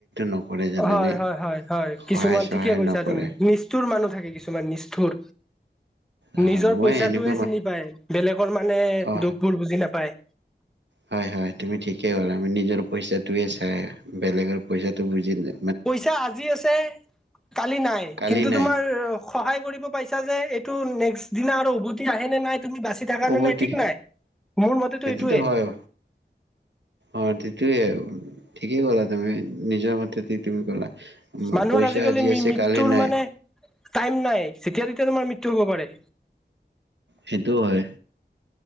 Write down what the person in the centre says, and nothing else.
হয় হয়, হয়, হয়
কিছুমান
ঠিকে কৈছা
তুমি, নিষ্ঠুৰ মানুহ। থাকে কিছুমান নিষ্ঠুৰ।
নিজৰ
পইচাটোয়ে
চিনি পায়, বেলেগৰ মানে
দুখবোৰ বুজি নাপায়।
পইচা আজি আছে, কালি নাই
কিন্তু
তোমাৰ। সহায় কৰিব পাইছা যে, এইটো নেক্স দিনা আৰু উভতি আহে নে নাই। তুমি বাচি থাকা
নে নাই ঠিক নাই, মোৰ মতেটো
এইটোৱেই।
মানুহৰ
আজিকালি
মৃত্যুৰ
মানে। টাইম নাই, যেতিয়াই তেতিয়াই তোমাৰ মৃত্যু হ'ব পাৰে।